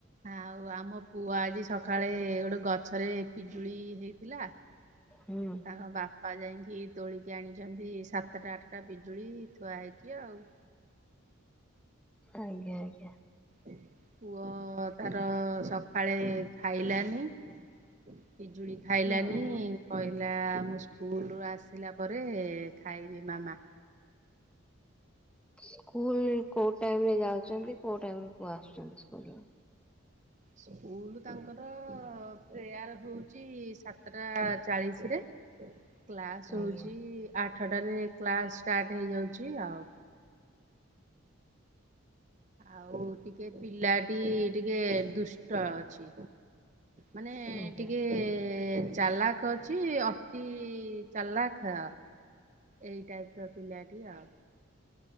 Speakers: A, on the right; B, in the centre.
A: ଆଉ ଆମ ପୁଅ ଆଜି ସକାଳେ ଗୋଟେ ଗଛରେ ପିଜୁଳି ହେଇଥିଲା। ତାଙ୍କ
B: ହୁଁ।
A: ବାପା ପା ଯାଇକି ତୋଳିକି ଆଣିଛନ୍ତି ସାତଟା ଆଠ ଟା ବିଜୁଳି ଥୁଆ ହେଇଚି ଆଉ।
B: ଆଜ୍ଞା ଆଜ୍ଞା।
A: ପୁଅ ତାର ସ କାଳେ ଖାଇଲାନି। ପିଜୁଳି ଖାଇଲାନି,
B: ଉଁ ହୁଁ।
A: କହିଲା ମୁଁ ସ୍କୁଲରୁୁ ଆସିଲା ପରେ ଖାଇବି ମାମା।
B: ସ୍କୁଲ କୋଉ ଟାଇମ ରେ ଯାଉଚନ୍ତି କୋଉ ଟାଇମରେ ଆସୁଚନ୍ତି ସ୍କୁଲରୁ?
A: ସ୍କୁଲ ତାଙ୍କର ପ୍ରେୟାର ହଉ ଉଛି ସାତଟା ଚାଳିଶ ରେ କ୍ଲାସ
B: ଆଜ୍ଞା
A: ହଉଚି ଆଠ ଆଠଟାରେ କ୍ଲାସ ଷ୍ଟାର୍ଟ ହେଇଯାଉଚି ଆଉ। ଆଉ ଟିକେ ପିଲାଟି ଟିକେ ଦୁ ଷ୍ଟ ଅଛି। ମାନେ
B: ଆଜ୍ଞା।
A: ଟିକେ ଚାଲାକ ଅଛି। କି ଚାଲାକ ଏଇ ଟାଇପ ର ପିଲାଟି ଆଉ।